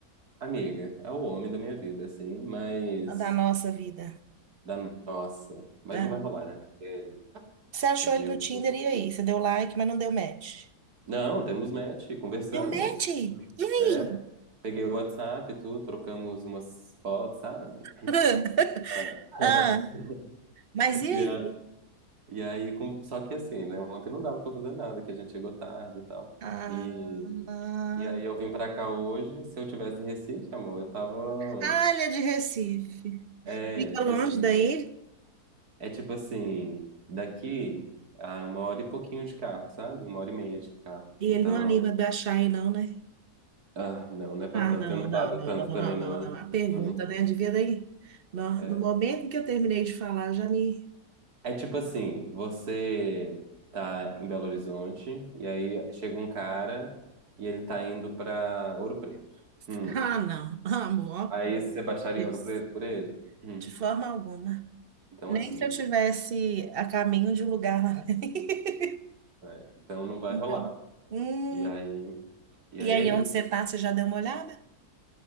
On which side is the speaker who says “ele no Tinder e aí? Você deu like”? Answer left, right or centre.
Right